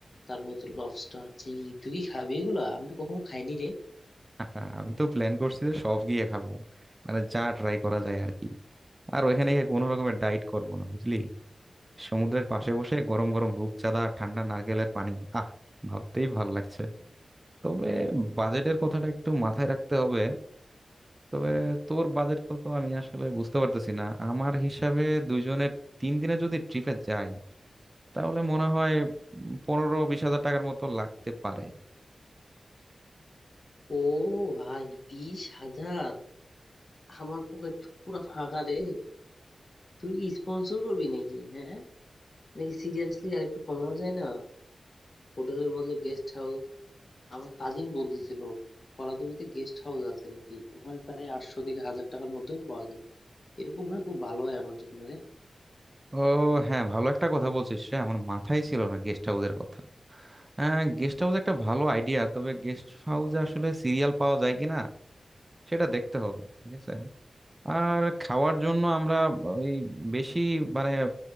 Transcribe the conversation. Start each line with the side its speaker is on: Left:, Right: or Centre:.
Left: তারপর হচ্ছে লবস্টার চিংড়ি তুই কি খাবি এগুলো আমি তো কখনো খাইনি রে
Right: <laughs> আমি তো প্ল্যান করছি যে সব গিয়ে খাবো মানে যা ট্রাই করা যায় আর কি আর ওইখানে গিয়ে কোনো রকমের ডাইট করবো না বুঝলি সমুদ্রের পাশে বসে গরম গরম রূপচাঁদা আর ঠান্ডা নারকেলের পানি আহ ভাবতেই ভাল লাগছে তবে বাজেটের কথাটা একটু মাথায় রাখতে হবে তবে তোর বাজেট কত আমি আসলে বুঝতে পারতেছি না আমার হিসাবে দুইজনের তিন দিনে যদি ট্রিপে যাই তাহলে মনে হয় উম, পনেরো বিশ হাজার টাকার মতো লাগতে পারে
Left: ও ভাই বিশ হাজার আমার পকেট তো পুরো ফাঁকা রে তুই কি স্পন্সর করবি নাকি হ্যাঁ নাকি সিরিয়াসলি আর একটু কমানো যায় না হোটেলের বদলে গেস্ট হাউস আমার কাজিন বলতেছিল কলাতলিতে গেস্ট হাউস আছে নাকি ওখানে প্রায় আটশো থেকে হাজার টাকার মধ্যেও পাওয়া যায় এরকম হলে খুব ভালো হয় আমার জন্য রে
Right: ও হ্যাঁ ভালো একটা কথা বলছিস রে আমার মাথায় ছিল না গেস্ট হাউসের কথা হ্যাঁ গেস্ট হাউস একটা ভালো আইডিয়া তবে গেস্ট হাউসে আসলে সিরিয়াল পাওয়া যায় কিনা সেটা দেখতে হবে ঠিক আছে আর খাওয়ার জন্য আমরা ওই বেশি মানে